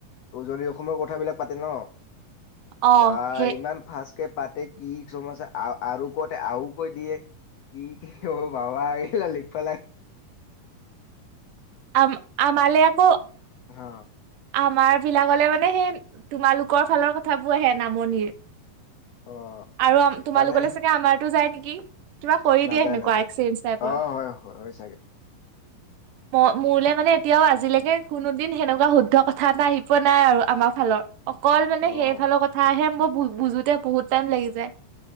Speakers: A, on the left; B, on the right.
A: উজনি অসমৰ কথাবিলাক পাতে ন'
B: অ
A: বা
B: সেই
A: ইমান ফাষ্ট কে পাতে। কি, কিছুমান আছে আৰু কওঁতে আও কৈ দিয়ে। কি <unintelligible> বাবা এই <unintelligible> পেলাই
B: আম, আমালে আকৌ
A: হা
B: আমাৰবিলাগলে মানে সেই তোমালোকৰ ফালৰ কথাবোৰ আহে, নামনিৰ
A: অ',
B: আৰু আম, তোমালোকলে
A: মানে
B: চাগে আমাৰটো যায় নেকি? কিবা কৰি
A: নাযায়,
B: দিয়ে সেনেকুৱা
A: নাযায়।
B: এক্সেঞ্জ টাইপৰ
A: অ', হয়, হয় চাগে।
B: মোলৈ মানে, এতিয়াও, আজিলৈকে কোনো দিন সেনেকুৱা শুদ্ধ কথা এটা আহি পোৱা নাই আৰু আমাৰ ফালৰ অকল মানে
A: অ',
B: সেইফালৰ কথা আহে মোক মোক বুজোতে বহুত টাইম লাগি যায়।